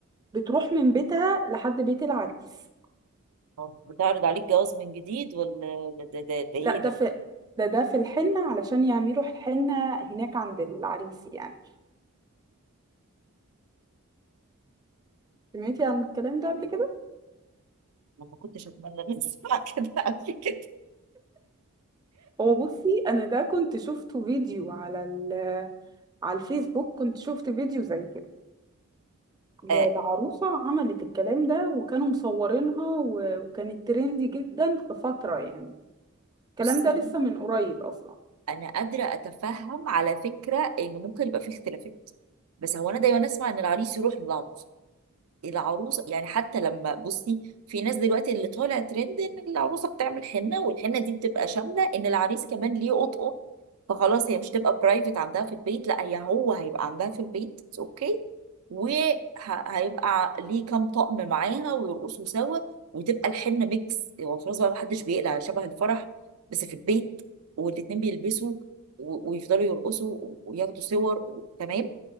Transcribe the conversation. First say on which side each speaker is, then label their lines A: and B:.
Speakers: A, on the right; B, on the right.
A: بتروح من بيتها لحد بيت العريس
B: هو بتعرض عليك جواز من جديد ولا ولا ده ده, ده ايه
A: لا ده
B: ده؟
A: في ده ده في الحنة علشان يعملوا حنة هناك عند العريس يعني سمعتي عن الكلام ده قبل كده؟
B: انا ما كنتش اتمنى ان اسمع <laughs> كده قبل كده
A: هو بصي أنا ده كنت شفته فيديو على ال على الفيسبوك كنت شفت فيديو زي كده العروسة
B: آه
A: عملت الكلام ده وكانوا مصورينها و- وكانت ترندي جدا في فترة يعني الكلام
B: بصي
A: ده لسه من قريب أصلا
B: انا قادره اتفهم على فكره ان ممكن يبقى فيه اختلافات بس هو انا دايما اسمع ان العريس يروح للعروسه العروسه يعني حتى لما بصي في ناس دلوقتي اللي طالع ترند ان العروسه بتعمل حنه والحنه دي بتبقى شامله ان العريس كمان ليه قطقه فخلاص هي مش تبقى برايفت عندها في البيت لا هي هو هيبقى عندها في البيت اوكي وهيبقى ليه كام طقم معاها ويرقصوا سوا وتبقى الحنه ميكس هو خلاص بقى محدش بيقلع شبه الفرح بس في البيت والاتنين بيلبسوا و- ويفضلوا يرقصوا وياخدوا صور و- تمام